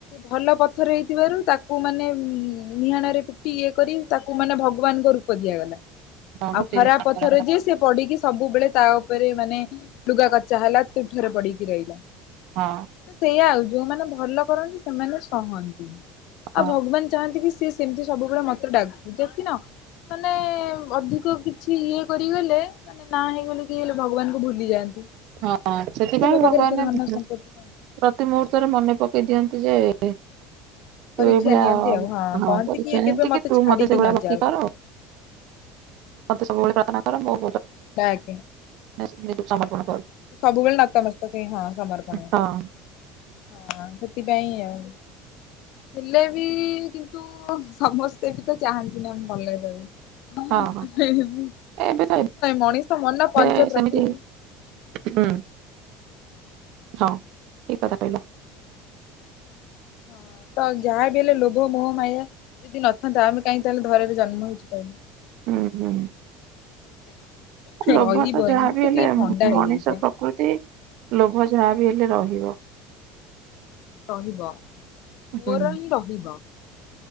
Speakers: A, on the left (about 65°); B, on the right (about 65°).
A: ଭଲ ପଥର ହେଇଥିବାରୁ ତାକୁ ମାନେ ନିହାଣରେ ପିଟି ଇଏ କରି ତାକୁ ମାନେ ଭଗବାନଙ୍କ ରୂପ ଦିଆଗଲା
B: ମୂର୍ତ୍ତି
A: ଆଉ ଖରା
B: ନିର୍ମାଣ
A: ପଥରେ
B: କରାଗଲା।
A: ଯେ ସେ ସବୁବେଳେ ତା ଉପରେ ମାନେ ଲୁଗା କଚା ହେଲା ତୁ ଠରେ ପଡିକି ରହିଲା।
B: ହଁ
A: ତ ସେଇଆା ଆଉ ଯୋଉମାନେ ଭଲ କରନ୍ତି ସେମାନେ ସହନ୍ତି। ଆଉ
B: ହଁ
A: ଭଗବାନ ଚାହାନ୍ତି କି ସିଏ ସେମିତି ସବୁବେଳେ ମତେ ଡାକୁ ଦେଖିନ। ମାନେ ଅଧିକ କିଛି ଇଏ କରିଗଲେ ମାନେ ନା ହେଇଗଲେ କି ହେଲେ ଭଗବାନ କ ଭୁଲି ଯାଆନ୍ତି।
B: ହଁ ସେଥିପାଇଁ
A: ତ ମୋ
B: ଭଗବାନ
A: ପାଖରେ ଏତେ ଧନ
B: ପ୍ରତି
A: ସମ୍ପତ୍ତି କଣ?
B: ମୁହୂର୍ତ୍ତରେ ମନେ ପକେଇ ଦିଅନ୍ତି ଯେ <inaudible> ତୁ
A: ପରୀକ୍ଷା
B: ଏଇଭଳିଆ
A: ନିଅନ୍ତି ଆଉ
B: ହଁ
A: କହନ୍ତି
B: ପରୀକ୍ଷା
A: କେବେ
B: ନିଅ ନ୍ତି କି ତୁ
A: ଛାଡିକି
B: ମତେ ସେଭଳିଆ
A: ନଯାଉ।
B: ଭକିର୍ତ୍ତି କର। ମତେ ସବୁବେଳେ ପ୍ରାର୍ଥନା କର ମୋ
A: ଡାକେ
B: <unintelligible> ସମର୍ପଣ କର
A: ସବୁବେଳେ ନତମସ୍ତକ ହଁ ସମର୍ପଣ।
B: ହଁ
A: ହଁ ସେଥିପାଇଁ ହଁ ଆଉ। ହେଲେ ବି କିନ୍ତୁ ସମସ୍ତେ ବି ତ ଚାହାନ୍ତି ନା ମୁ ଭଲରେ ରହି ନ
B: ହଁ ହଁ ଏବେ ତ
A: ମଣିଷ ମନ ନା ପଞ୍ଚ
B: ଏବେ ସେମିତି
A: ପ୍ରକୃତି।
B: ହୁଁ ହଁ ଠିକ କଥା କହିଲ।
A: ହଁ ତ ଯାହାବିହେଲେ ଲୋଭମୋହ ମାୟା। ଯଦି ନଥାନ୍ତା ଆମେ କାହିଁକ ତାହେଲେ ଧାରାରେ ଜନ୍ମ ହେଇଛି କହିବୁ?
B: ହୁଁ ହୁଁ। ଲୋଭ
A: ରହିବ
B: ତ ଯାହାବି
A: ହିଁ ମତେ
B: ହେଲେ
A: ଟିକେ ଥଣ୍ଡା ହେଇଯାଇଛି
B: ମଣିଷ ପ୍ରକୃତି ଲୋଭ ଯାହା ବି ହେଲେ ରହିବ।
A: ରହିବ ମୋର
B: ହୁଁ
A: ହିଁ ରହିବ।